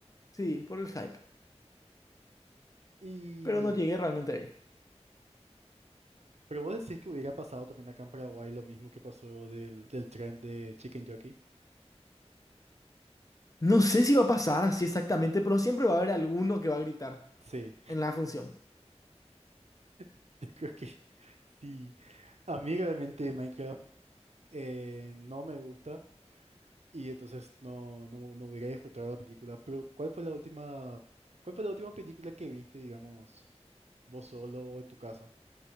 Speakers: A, on the left (about 30°); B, on the right (about 70°).
A: Sí, por el hype.
B: Y...
A: Pero no llegué realmente a ir.
B: Pero vos decís que hubiera pasado también acá en Paraguay lo mismo que pasó del, del tren de Chicken Jockey.
A: No sé si va a pasar así exactamente, pero siempre va a haber alguno que va a gritar
B: Sí.
A: en la función.
B: <laughs> Yo creo que sí. A mí realmente Minecraft eh, no me gusta y entonces no, no, no hubiera disfrutado la película. Pero ¿cuál fue la última, cuál fue la última película que viste, digamos, vos solo o en tu casa?